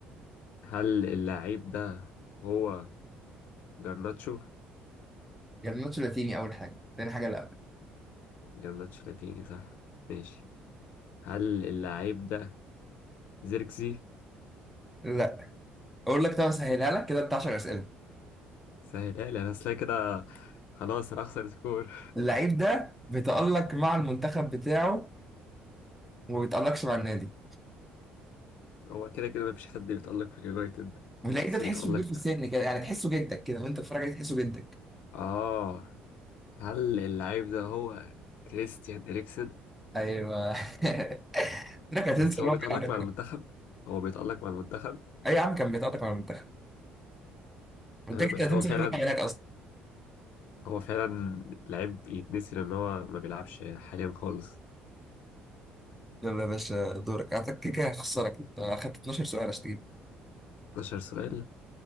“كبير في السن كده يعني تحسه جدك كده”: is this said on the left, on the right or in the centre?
Centre